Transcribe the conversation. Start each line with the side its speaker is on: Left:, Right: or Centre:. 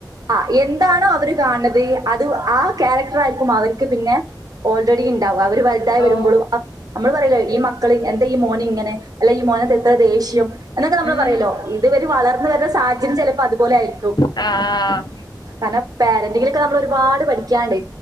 Right: ആ എന്താണോ അവര് കാണുന്നത് അത് ആ ക്യാരക്ടർ ആയിരിക്കും അവർക്ക് പിന്നെ ഓൾറെഡി ഉണ്ടാവാ അവര് വലുതായി
Left: ഓ
Right: വരുമ്പോഴും നമ്മള് പറയില്ലോ ഈ മ ക്കള് എന്താ ഈ മോൻ ഇങ്ങനെ അല്ല ഈ മോന് എത്ര ദേഷ്യം എന്നൊക്കെ നമ്മള്
Left: ഉം.
Right: പറയല്ലോ ഇത് ഇവര് വളർന്ന് വര സാഹര്യം ചിലപ്പോ അതുപോലെ ആയിരിക്കു
Left: ആഹ ആ്
Right: കാരണം പോരന്റിങ്ങിലൊക്കെ നമ്മള് ഒരുപാട് പഠിക്കാണ്ട്